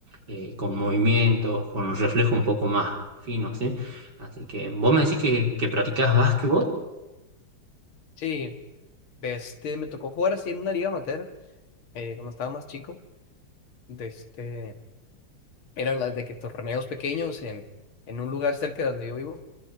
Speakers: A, on the right; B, on the left.
A: eh, con movimientos, con los reflejos un poco más finos, ¿sí? Así que vos me decís que, que practicás básquetbol.
B: Sí, de este, me tocó jugar así en una liga amateur, eh, cuando estaba más chico. De este, eran las de que torneos pequeños en, en un lugar cerca de donde yo vivo.